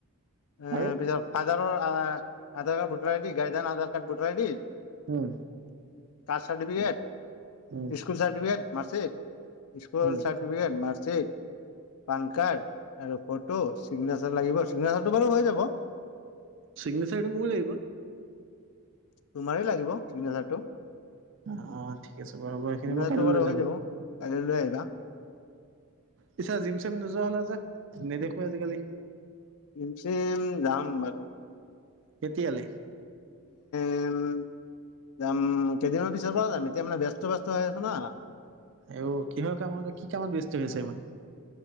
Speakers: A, on the left; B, on the right.
A: এ
B: আৰু
A: পিছ Aadhaar, Aadhaar card, voter ID, গাইদান Aadhaar card voter ID
B: um
A: caste certificate,
B: um
A: school certificate, ম স্কুলৰ
B: um
A: certificate, marksheet PAN card আৰু ফটো, চিগনেচাৰ লাগিব, চিগনেচাৰটো বাৰু হৈ যাব।
B: চিগ্নেচাৰটো মোৰ লাগিব
A: তোমাৰ লাগিব চিগনেচাৰটো।
B: অ ঠিক আছে বাৰু হ'ব। এইখিনি
A: চিগনেচাৰটো
B: মই কাইলৈ
A: বাৰু হৈ
B: যাম।
A: যাব <unintelligible>
B: পিছত জিম-চিম নোযোৱা হ'লা যে, নেদেখো আজিকালি।
A: জিম-চিম যাম বাৰু
B: কেতিয়ালৈ?
A: <unintelligible> যাম, কেইদিনমান পিছৰ পৰা যাম, এতিয়া মানে ব্যস্ত ব ব্যস্ত হৈ আছ না।
B: আঁইও, কিহৰ কামৰ, কি কামত ব্যস্ত হৈ হৈছে ইমান?